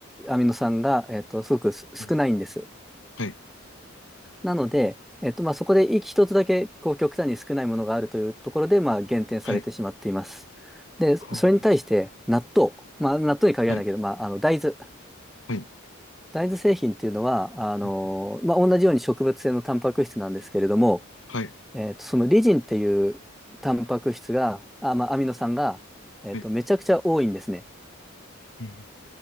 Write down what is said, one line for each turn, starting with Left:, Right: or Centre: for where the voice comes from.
Centre: アミノ酸が、えっと、すごくす少ないんです。
Left: うん、はい、
Centre: なので、えっと、まあ、そこで一一つだけこう極端に少ないものがあるというところで、まあ、減点されてしまっています。
Left: はい、
Centre: で、
Left: は
Centre: それに対して納豆、まあ、納豆に限らないけど、
Left: あはい、
Centre: まあ、あの大豆。
Left: はい、
Centre: 大豆製品っていうのは、あの、
Left: うん、
Centre: まあ、同じように植物性のタンパク質なんですけれども、
Left: はい、
Centre: えーと、そのリジンっていうタンパク質が、あ、まあ、アミノ酸が、えーと、
Left: はい、
Centre: めちゃくちゃ多いんですね。
Left: うん、